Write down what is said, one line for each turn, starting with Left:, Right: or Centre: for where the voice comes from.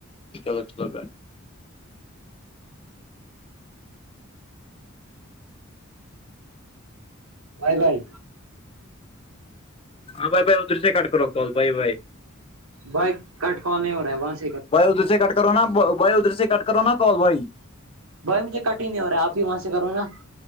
Left: چلو چلو
Right: بائی بھائی
Left: ہاں بائی بائی ادر سے کاٹ کر رکھاول بھائی بائی
Right: بائی کاٹ کال نہیں ہو رہا ہے وہاں سے
Left: بھائی ادھر سے کٹ کرو نا بھائی ادھر سے کٹ کرو نا کال بھائی
Right: بھائی مجھے کٹ ہی نہیں ہو رہا آپ بھی وہاں سے کرو نا